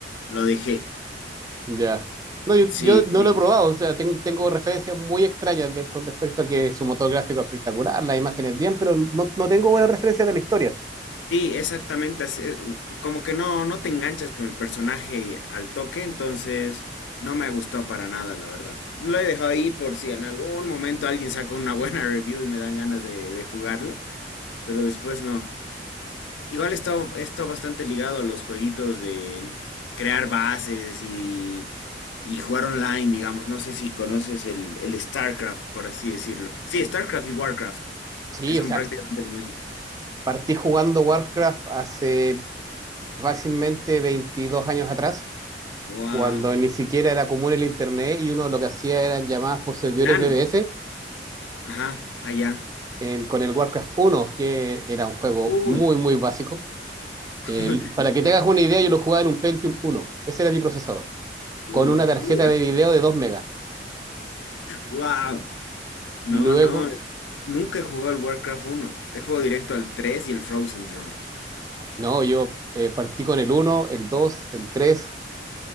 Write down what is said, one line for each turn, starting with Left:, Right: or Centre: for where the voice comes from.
Left: lo dejé.
Right: Ya. No, yo,
Left: Sí,
Right: yo no
Left: sí.
Right: lo he probado, o sea, ten- tengo referencias muy extrañas de él con respecto a que su motor gráfico es espectacular, las imágenes bien, pero no, no tengo buenas referencias de la historia.
Left: Sí, exactamente, así, eh, como que no, no te enganchas con el personaje al toque, entonces no me gustó para nada, la verdad. Lo he dejado ahí por si en algún momento alguien saca una buena <laughs> review y me dan ganas de, de jugarlo, pero después no. Igual está, está bastante ligado a los jueguitos de crear bases y, y jugar online, digamos. No sé si conoces el, el StarCraft, por así decirlo. Sí, StarCraft y WarCraft,
Right: Sí,
Left: que son
Right: o sea,
Left: prácticamente lo mismo.
Right: partí jugando Warcraft hace fácilmente 22 años atrás,
Left: Wow.
Right: cuando ni siquiera era común el internet y uno lo que hacía eran llamadas por servidores
Left: LAN.
Right: BBS
Left: Ajá, allá.
Right: en- con el Warcraft uno que era un juego
Left: Uy,
Right: muy, muy básico.
Left: <laughs>
Right: El- para que te hagas una idea, yo lo jugaba en un Pentium uno ese era mi procesador, con una
Left: locura.
Right: tarjeta de video de 2 megas.
Left: Wow. No,
Right: Luego,
Left: no. Nunca he jugado al Warcraft uno. He jugado directo al 3 y el Frozen Throne.
Right: no, yo eh, partí con el uno el dos el tres